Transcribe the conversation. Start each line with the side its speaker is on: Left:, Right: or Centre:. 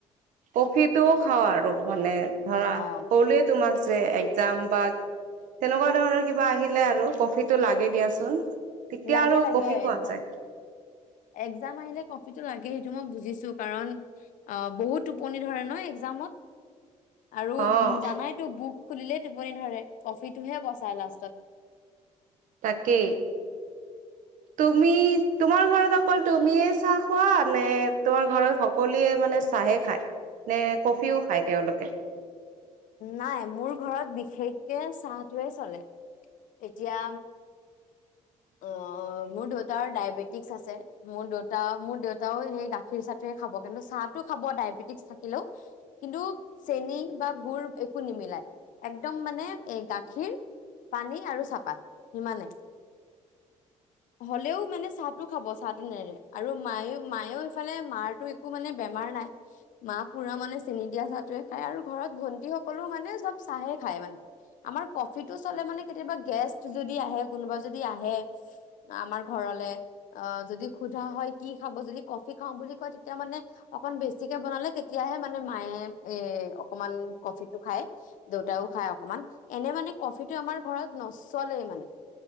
Right: কফিটোও খাওঁ আৰু মানে ধৰা
Left: অ
Right: তোমাক একজাম বা তেনেকুৱা ধৰণৰ কিবা আহিলে আৰু কফি টো লাগে দিয়াচোন তেতিয়া
Left: লাগে
Right: আৰু
Left: লাগে
Right: কফি খোৱা
Left: একজাম
Right: যায়
Left: একজাম আহিলে কফিটো লাগে সেইটো মই বুজিছো কাৰণ অঁ বহুত টোপনি ধৰে ন একজামত আৰু
Right: অ'
Left: জানাইতো বুক খুলিলেই টোপনি ধৰে কফিটোহে বচায় লাষ্টত
Right: তাকে তুমি তোমাৰ ঘৰত অকল তুমিয় চাহ খোৱা নে তোমাৰ ঘৰত সকলোৱে মানে চাহে খায় নে কফিও খায় তেওঁলোকে
Left: নাই মোৰ ঘৰত বিশেষকে চাহটোৱে চলে এতিয়া আহ মোৰ দেউতাৰ ডায়েবেটিকছ আছে মোৰ দেউতা মোৰ দেউতাও সেই গাখীৰ চাহটোহে খাব কিন্তু চাহটো খাব ডায়বেটিকছ থাকিলেও কিন্তু চেনী বা গুুৰ একো নিমিলাই একদম মানে গাখীৰ পানী আৰু চাহপাত সিমানে হ'লেও মানে চাহটো খাব চাহটো নেৰে আৰু মায়ে মায়েও এইফালে মাৰতো একো মানে বেমাৰ নাই মা পুৰা মানে চেনি দিয়া চাহটোৱে খায় আৰু ঘৰত ভন্টি সকলেও মানে চব চাহে খায় মানে আমাৰ কফিটো চলে মানে কেতিয়াবা গেষ্ট যদি আহে কোনোবা যদি আহে আমাৰ ঘৰলে অ যদি সোধা হয় কি খাব যদি কফি খাও বুলি কয় তেতিয়া মানে অকন বেছিকে বনালে তেতিয়াহে মানে মায়ে এ অকমান কফি টো খায় দেউতাও খায় অকমান এনে মানে কফিটো আমাৰ ঘৰত নচলেই মানে